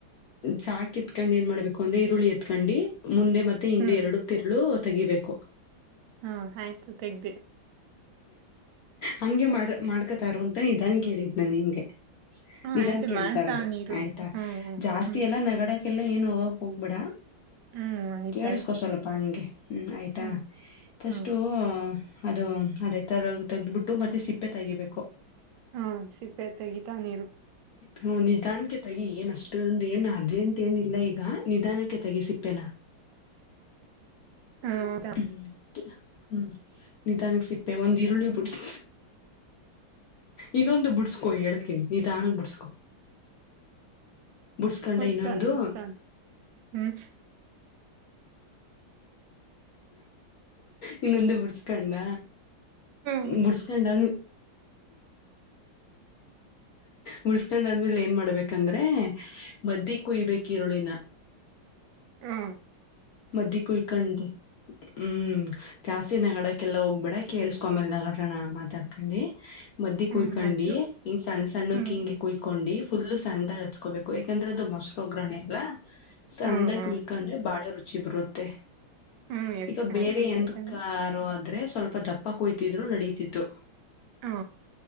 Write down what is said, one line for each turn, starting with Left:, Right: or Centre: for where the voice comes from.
Left: ಚಾಕ ಇತ್ಕಂಡು ಏನ್ ಮಾಡ್ಬೇಕು ಅಂದ್ರೆ ಈರುಳ್ಳಿ ಎತ್ಕೊಂಡಿ ಮುಂದೆ ಮತ್ತೆ ಹಿಂದೆ
Right: ಹ್ಮ್
Left: ಎರಡು ತಿರುಳು ತೆಗಿಬೇಕು
Right: ಹಾ ಆಯ್ತು ತೆಗ್ದಿ
Left: ಹಂಗೆ ಮಾಡ ಮಾಡ್ಕತಾರ ಅಂತ ನಿಧಾನ್ ಕೇಳಿದ್ನ ನಿಂಗೆ
Right: ಹ್ಮ್
Left: ನಿಧನ್
Right: ಆಯ್ತು
Left: ಕೇಳ್ತಾರದು
Right: ಮಾಡ್ತಾವ್ನಿ ಇರು
Left: ಆಯ್ತಾ
Right: ಹ್ಮ್ ಹ್ಮ್
Left: ಜಾಸ್ತಿ
Right: ಹ್ಮ್
Left: ಎಲ್ಲಾ ನಗಡಕ್ಕೆಲ್ಲ ಏನ್ ಹೋಗಕ್ ಹೋಗ್ಬಿಡ
Right: ಹ್ಮ್ ಆಯ್ತಾಯ್ತು
Left: ಕೇೇಳಸ್ಕೊ ಸ್ವಲ್ಪ ಹಂಗೆ ಹ್ಮ್ ಆಯ್ತಾ
Right: ಹ್ಮ್ ಹ್ಮ್
Left: ಸ್ು ಅದು ಅದೇ ತರ ತೆಗ್ದ್ಬಿಟ್ಟು ಮತ್ತೆ ಸಿಪ್ಪೆ ತೆಗಿಬೇಕು
Right: ಹಾ ಸಿಪೆ ತಗಿತಾವ ನೀರು
Left: ಹ ನಿಧಾನಕ್ಕೆ ತಗಿ ಏನ್ ಅಷ್ಟೊಂದು ಏನು ಅರ್ಜೆಂಟ್ ಏನ್ ಇಿಲ್ಲ ಈಗ ನಿಧಾನಕ್ಕೆ ತಗಿ ಸಿಪ್ಪೇನಾ
Right: ಹಾದ
Left: ಹ್ಮ್ ಹ್ಮ್ ನಿಧಾನಕ್ ಸಿಪ್ಪೆ ಒಂದ್ ಈರುಳ್ಳಿ ಬಿುಡ್ಸ ಇನ್ನೊಂದು ಬುಡ್ಸ್ಕೊ ಹೇಳ್ತೀನಿ ನೀ ತಾನು ಬುಡ್ಸ್ಕೊ ಬುಡ್ಸ್ಕೊಂಡ
Right: ಮುಡ್ಸ್ತಾಳ
Left: ಇನ್ನೊಂದು
Right: ಮುಡ್ಸ್ತಾಳ ಹ್ಮ್
Left: ಇನ್ನೊಂದು ಬಿುಡ್ಸ್ಕೊಂಡ
Right: ಹ್ಮ್
Left: ಬುಡ್ಸ್ಕೊಂಡಂದ ಮುಡ್ಸ್ಕೊಂಡ ಆದ್ಮೇಲೆ ಏನ್ ಮಾಡ್ಬೇಕಂದ್ರೆ ಮದ್ದಿ ಕುಯ್ಬೇಕಕ್ ಈರುಳಿನ
Right: ಹಾ
Left: ಮದ ಕುಳ್ಕಂಡ ಹ್ಮ್ ಜಾಸ್ತಿ ನಗಡಕ್ಕೆಲ್ಲ ಹೋಗ್ಬೇಡ ಕೇಳಸ್ಕೊ ಮೇಲ್ ನಗಡ್ ನ ಮಾತಾಡ್ಕಿ ಮದ್ದ
Right: ಹ್ಮ್
Left: ಕುಯ್ಕೊಂಡಿ
Right: ಆಯ್ತು
Left: ಹಿಂಗ ಸಣ್ಣ ಸಣ್ಣಕ್
Right: ಹ್ಮ್
Left: ಹಿಂಗೆ ಕುಯ್ಕೊಂಡಿ ಫುಲ್ು ಸಣ್ಣಾಗಿ ಹಚ್ಕೋಬೇಕು ಯಾಕಂದ್ರೆ ಅದು ಮೊಸರು ಒಗ್ಗರಣೆ ಎಲ್ಲ ಸಣ್ಣಾಗಿ
Right: ಹ್ಮ್ ಹ್ಮ್
Left: ಉಯ್ಕೊಂಡ್ರೆ ಬಾಳ ರುಚ ರುಚಿ ಬರುತ್ತೆ
Right: ಹ್ಮ್ ಎತ್
Left: ಈಗ ಬೇರೆ
Right: ಆಯ್ತು ಕುಯ್ಕಂಡು
Left: ಎಂತ ಕಾರು ಅ ಆದ್ರೆ ಸ್ವಲ್ಪ ದಪ್ಪ ಕುಯ್ತಿದ್ರು ನಡೀತಿತ್ತು
Right: ಹಾ